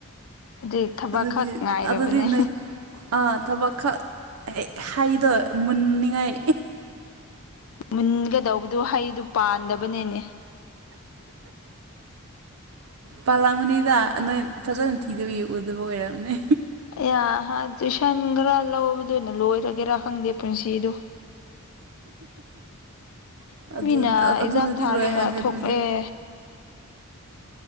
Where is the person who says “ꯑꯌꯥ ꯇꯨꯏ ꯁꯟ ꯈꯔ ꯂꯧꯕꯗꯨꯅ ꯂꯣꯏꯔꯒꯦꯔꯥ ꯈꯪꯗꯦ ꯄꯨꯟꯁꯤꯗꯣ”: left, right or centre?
Left